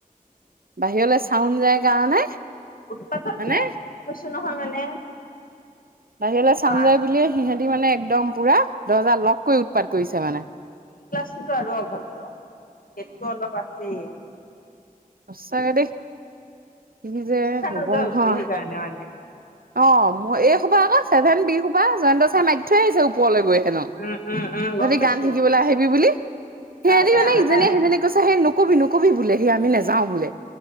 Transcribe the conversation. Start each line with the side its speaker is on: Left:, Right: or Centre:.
Right: বাহিৰলৈ চাউণ্ড যায় কাৰণে
Left: উৎপাতনে
Right: মানে
Left: কৈছো নহয় মানে
Right: বাহিৰলৈ চাউণ্ড
Left: কা-
Right: যাই বুলিয়ে সিহঁতি মানে একদম পোৰা দৰ্জা লগকৈ উৎপাত কৰিছে মানে।
Left: সেটো আৰু অভদ্ৰ সেটো অলপ আছে
Right: সঁচাকৈ দেই কি যে
Left: ইচ্ছা
Right: হব
Left: নোযোৱা
Right: নহয়
Left: হৈছে সেইকাৰণে মানে
Right: অ মোৰ এই সোপা আকৌ ছেভেন বি সোপা জয়ন্ত চাই মাৱি থজ আহিছে ওপৰলৈ গৈ নো
Left: উম উম উম গম
Right: তহঁতি
Left: পাইছো
Right: গান শিকিবলৈ আহিবি বুলি সিহঁতি
Left: তাহাঁতে
Right: মানে
Left: অহা
Right: ইজনীয়ে
Left: নাই
Right: সিজনীক কৈছে সেই নো নকবি নকবি বোলে সি আমি নাযাও বোলে,